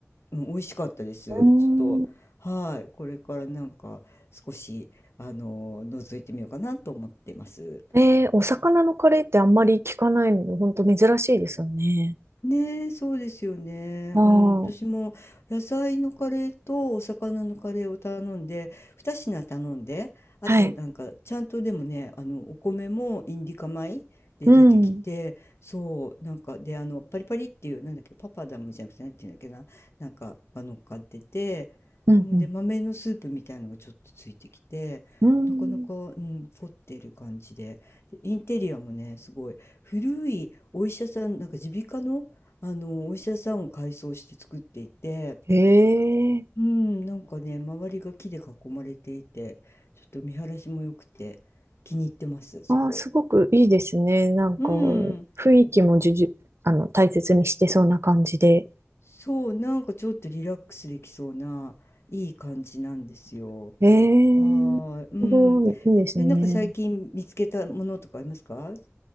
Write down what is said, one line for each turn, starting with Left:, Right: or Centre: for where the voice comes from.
Left: うん美味しかったです。
Right: ん。
Left: ちょっと、
Right: うーん。
Left: はい、これからなんか少し、あの、覗いてみようかなと思ってます。
Right: えー、お魚のカレーってあんまり聞かないので、本当珍しいですよね。
Left: ね、えそうですよね。
Right: ああ、
Left: うん、私も野菜のカレーとお魚のカレーを頼んで、2品頼んで、あとなんかちゃんとでもね、
Right: はい。
Left: あのお米もインディカ米で出てきて、
Right: うん。
Left: そう、なんかであのパリパリっていうなんだっけ、パパダムじゃなくてなんていうんだっけな、なんかが乗っかってて、
Right: うんうん。
Left: うん、で豆のスープみたいのがちょっとついてきて、
Right: うん。
Left: なかなか、うん、凝ってる感じで、でインテリアもね、すごい古いお医者さん、なんか耳鼻科のあのお医者さんを改装して作っていて、
Right: へえ。
Left: うん、なんかね、周りが木で囲まれていて、ちょっと見晴らしも良くて気に入ってます、そこ。
Right: ああ、すごくいいですね。なんか、
Left: うん、
Right: 雰囲気もじゅじゅ、あの、大切にしてそうな感じで。
Left: そう、なんかちょっとリラックスできそうないい感じなんですよ。
Right: ええ、
Left: はーい、うん。
Right: すごい、いいですね。
Left: え、なんか最近見つけたものとかありますか